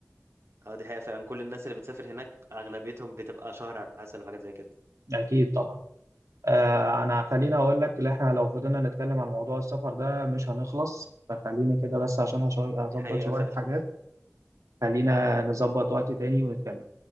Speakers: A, on the right; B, on the right.
A: اه دي حقيقة فعلا كل الناس اللي بتسافر هناك اغلبيتهم بتبقى شهر عسل وحاجات زي كده
B: اكيد طبعا آه انا خليني اقول لك اللي احنا لو فضلنا نتكلم عن موضوع السفر ده مش هنخلص فخليني كده بس عشان هشوي- هظبط
A: دي حقيقة
B: شوية
A: فعلا
B: حاجات خلينا نظبط وقت تاني ونتكلم